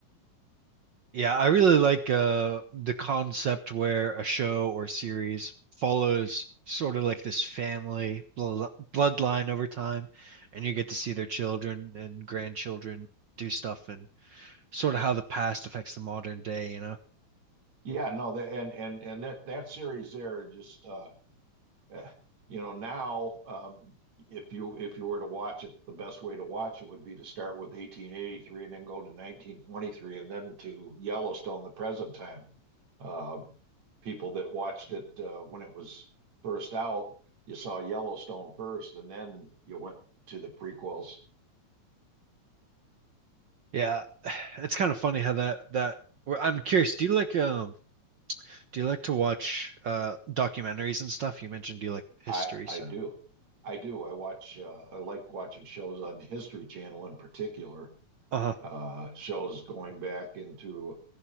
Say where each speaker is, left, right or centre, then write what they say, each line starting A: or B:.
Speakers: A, on the right; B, on the right.
A: Yeah, I really like uh the concept where a show or series follows sort of like this family bl bloodline over time, and you get to see their children and grandchildren do stuff and sort of how the past affects the modern day, you know?
B: Yeah, no, that and and and that that series there just uh, eh, you know, now, um, if you if you were to watch it, the best way to watch it would be to start with 1883 and then go to 1923 and then to Yellowstone, the present time. Uh, people that watched it uh, when it was first out, you saw Yellowstone first, and then you went to the prequels.
A: Yeah, <sighs> it's kind of funny how that that where- I'm curious, do you like um do you like to watch uh documentaries and stuff? You mentioned you like history,
B: I I
A: so.
B: do, I do. I watch. Uh, I like watching shows on the History Channel in particular.
A: Uh-huh.
B: Uh, shows going back into